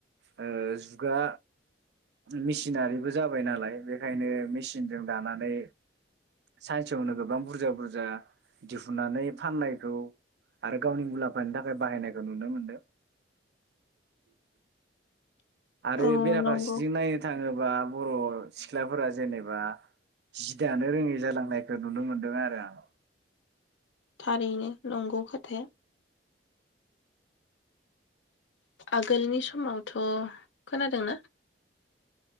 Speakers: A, on the right; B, on the left.
A: अ जुगा मेसिनारिबो जाबाय नालाय बेखायनो मेसिनजों दानानै सानसेयावनो गोबां बुरजा बुरजा दिहुनानै फाननायखौ आरो गावनि मुलामफानि थाखाय बाहायनायखौ नुनो मोनदों <inaudible> आरो
B: औ
A: बेराफारसेथिं
B: नंगौ
A: नायनो थाङो बा बर' सिख्लाफोरा जेनेबा जि दानो रोङै जालांनाय खौ नुनो मोनदों आरो आं
B: थारैनो नंगौ खोथाया आगोलनि समावथ' खोनादोंना